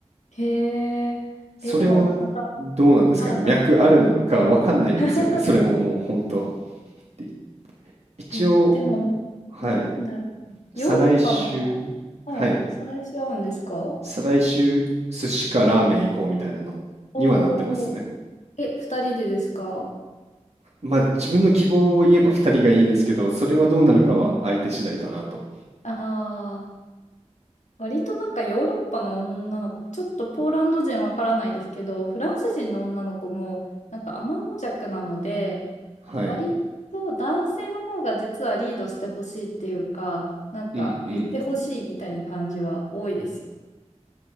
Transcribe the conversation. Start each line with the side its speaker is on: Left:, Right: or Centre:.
Left: へえ、
Right: それはどうなんですかね、
Left: えー、でも、また新たな声が。
Right: 脈あるなのかわかんないんですよね、
Left: <laughs>
Right: それももう本当。で一応、
Left: え、でも、
Right: はい、
Left: なんだろう。
Right: 再来週、
Left: ヨーロッパも、はい、
Right: はい、
Left: 再来し合うんですか
Right: 再来週、寿司かラーメン行こうみたいなのにはなってますね。
Left: おー、え、二人でですか
Right: まあ自分の希望を言えば2人がいいですけど、それはどうなるかは相手次第かなと。
Left: うんうんあ割となんかヨーロッパの女の子、ちょっとポーランド人わからないですけど、フランス人の女の子もなんか天邪弱なので、
Right: はい。
Left: 割と男性の方が実はリードしてほしいっていうか、なんか言ってほしいみたいな感じは多いですよ。
Right: うんうん。